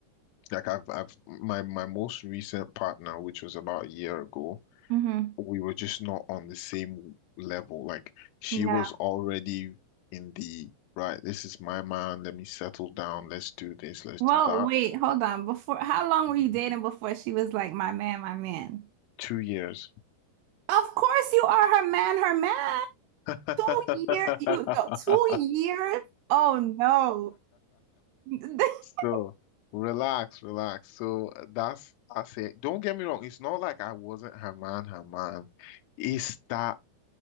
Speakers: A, on the left (about 80°); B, on the right (about 80°).
A: like I've I've my my most recent partner, which was about a year ago,
B: Mm-hmm.
A: we were just not on the same level. Like she
B: Yeah.
A: was already in the right, this is my man, let me settle down, let's do this, let's
B: Well,
A: do that.
B: wait, hold on. Before how long
A: Mhm.
B: were you dating before she was like, my man, my man?
A: Two years.
B: Of course you are her man, her man.
A: <laughs>
B: Two year, you no, two years? Oh no. <laughs>
A: So relax, relax. So that's I said. Don't get me wrong. It's not like I wasn't her man, her man. It's that